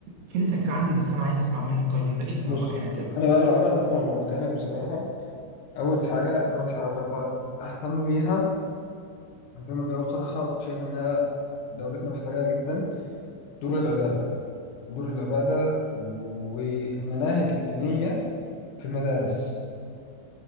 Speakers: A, on the right (about 65°); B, on the left (about 70°).
A: في لسه كتير عندي بس انا عايز اسمع منك طيب انت انت
B: بص
A: لو مكاني هتعمل
B: طب انا بقى لو انا انا لو مكانك بصراحه اول حاجه اول حاجه بجد ههتم بيها مهتم بيها بصراحة شايف إنها دولتنا محتاجاها جدا دور العبادة دور العبادة والمناهج الدينية في المدارس